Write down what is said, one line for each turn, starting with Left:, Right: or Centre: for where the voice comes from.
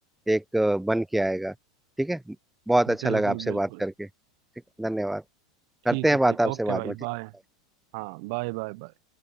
Centre: एक अ, बन के आएगा ठीक है बहुत अच्छा
Right: बिल्कुल
Centre: लगा आपसे
Right: बिल्कुल
Centre: बात करके ठीक है धन्यवाद
Right: ठीक
Centre: करते हैं
Right: है
Centre: बात
Right: भाई
Centre: आपसे
Right: ओके
Centre: बाद
Right: भाई
Centre: में
Right: बाय हाँ बाय बाय बाय